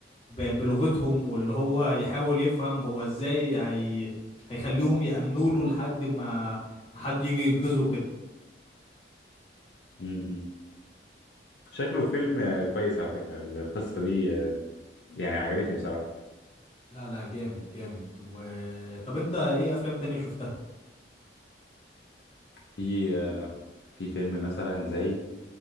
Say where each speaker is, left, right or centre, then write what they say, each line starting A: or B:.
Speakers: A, on the left (about 30°); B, on the left (about 70°).
A: ب- بلغتهم واللي هو يحاول يفهم هو ازاي هي هيخليهم يأمنوا له لحد ما ما حد يجي ينقذه كده
B: امم شكله فيلم آه، كويس على فكره القصه دي آه، يعني عجبتني بصراحه
A: لا لا جامد جامد و طب انت ايه افلام تانية شفتها
B: في آه، في فيلم مثلا زي